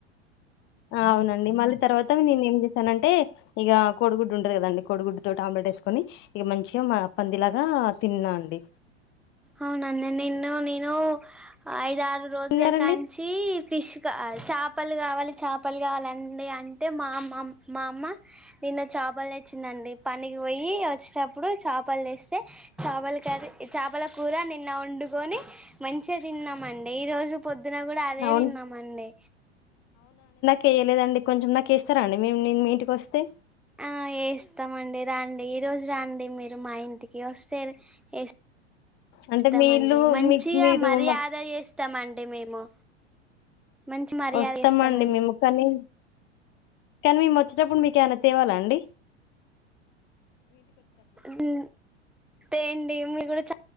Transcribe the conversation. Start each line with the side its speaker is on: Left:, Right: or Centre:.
Left: అవునండి మళ్ళీ తర్వాత నేను ఏం చేసానంటే ఇక కోడిగుడ్డు ఉంటాది కదండి కోడిగుడ్డు తో ఆమ్లెట్ వేసుకోని ఇగ మంచిగా పందిలా ఆ తిన్నా అండి
Centre: అవునండి నిన్ను నేను ఐదు <unintelligible> రోజుల
Left: తిన్నారండి
Centre: కాడా నుంచి ఫిష్ కా చేపలు కావాలి చేపలు కావాలండి అంటే మా అమ్మమ్ మా అమ్మ నేన్న చేపలు తే చ్చిందండి పనికి పోయి వచ్చేటప్పుడు చేపలు తేస్తే చేపల కర్రి ఇది చేపల కూర నిన్న వండుకొని మంచిగా తిన్నామండి ఈ రోజు పొద్ ద్దున కూడా అదే
Left: అవును
Centre: తిన్నామండి
Left: చేయలేదండి కొంచెం నాకు ఇస్తార అండి నేను మీ ఇంటికి వస్తే
Centre: ఆ వేస్తామండి రండి ఈ రోజు రండి మీరు మా ఇంటికి వస్తే స్తే ఎస్
Left: అంటే
Centre: స్తామండి
Left: మీ ఇల్లు
Centre: మంచిగా
Left: మీ మీరు
Centre: మర్యాదాగా
Left: మాకు
Centre: వేస్తామ అండి మేము మంచి మర్యాద
Left: వస్తామండి
Centre: ఇస్తామండి
Left: మేము కానీ కానీ మేము వచ్చ చ్చేటప్పుడు మీకు ఏమనా తేవాలండి
Centre: డు ఏంది మీరు కూడా చ